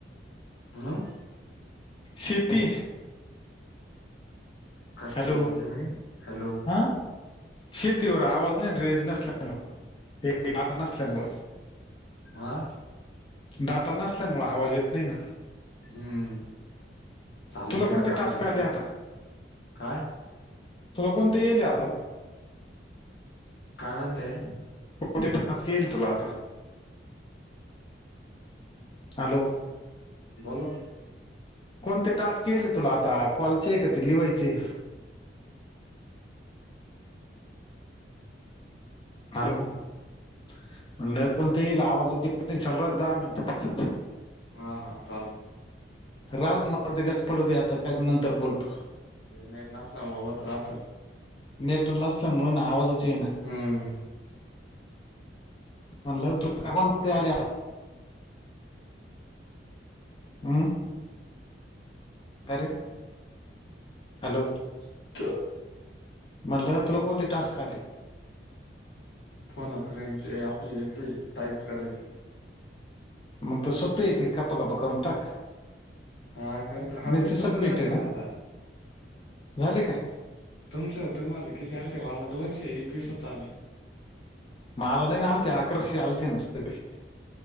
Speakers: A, on the left (about 70°); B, on the left (about 30°).
A: हा
B: शेती
A: कशावर
B: हॅलो
A: बोलले म्हणे हॅलो
B: हा शेतीवर आवाज नाही रेंज नसल्यामुळे हे नात नसल्यामुळे
A: हा
B: डाटा नसल्यामुळ आवाज येत नाही ना
A: हम्म. चालते
B: तुला कोणते
A: दहा
B: टास्क
A: मिंनट
B: आले आता
A: काय?
B: तुला कोणते येईल आता.
A: काय म्हणताय?
B: <unintelligible> टास्क येईल तुला आता हॅलो
A: बनून
B: कोणते टास्क येले तुला आता? कॉलचे आहे का? ते लिवायचे. हॅलो म्हणलं कोणते येईल? आवाज <unintelligible> दहा मिंनटं तस
A: हा हा चालेल.
B: राऊदे म तीच पडू दे आता, काही नंतर बोलतो.
A: नेट नसल्यामुळ होत राहत.
B: नेट नसल्यामुळन आवाजच येना.
A: हम्म.
B: म्हणलं तू का बोल? ये आले आता. हम्म. का रे? हॅलो
A: हम्म
B: म्हणलं तुला कोणते? टास्क आलेत.
A: फोन अ फ्रेंडचे आपल्य हेच टाईप करायची.
B: मग तर सोप येते गप्प गपपा करून टाक.
A: हा करत हा
B: नुसते
A: ते
B: सबमिट
A: पूर्ण झाले
B: आहे ना
A: ओ आला.
B: झाले काय
A: तुमचं तुम्हाला किती? आलते दोनशे एकवीसच आले.
B: मलाही ना आलते अकराशे आलते ना सगळे ते